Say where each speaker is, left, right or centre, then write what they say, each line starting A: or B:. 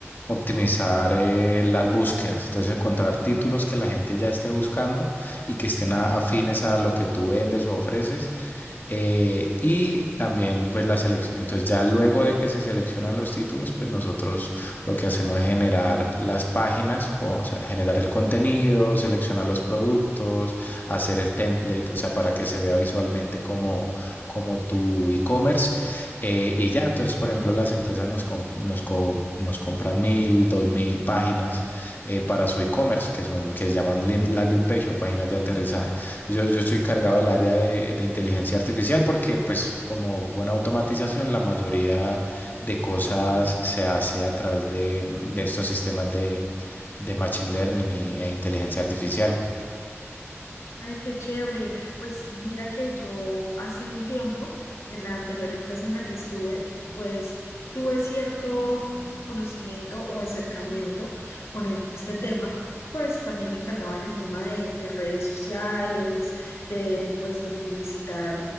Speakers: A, on the left (about 40°); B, on the left (about 70°).
A: optimizar eh, las búsquedas, entonces encontrar títulos que la gente ya esté buscando y que estén a- afines a lo que tú vendes o ofreces eh, y también, pues, la selección. Entonces, ya luego de que se seleccionan los títulos, pues nosotros lo que hacemos es generar las páginas, co- o sea, generar el contenido, seleccionar los productos, hacer el template, o sea, para que se vea visualmente como, como tu e-commerce. eh, y ya, entonces, por ejemplo, las empresas nos, com- nos, co- nos compran mil, dos mil páginas eh, para su e-commerce, que son, que se llaman lin- landing page o páginas de aterrizaje. Yo, yo estoy encargado del área de, de inteligencia artificial porque, pues, como buena automatización, la mayoría de cosas se hace a través de, de estos sistemas de, de machine learning y- e inteligencia artificial.
B: Ay, qué chévere. Pues mira que yo hace un tiempo, en la anterior empresa en la que estuve, pues tuve cierto como conocimiento o acercamiento con e- este tema. Pues también me encargaba en el tema de, de redes sociales, de pues de publicitar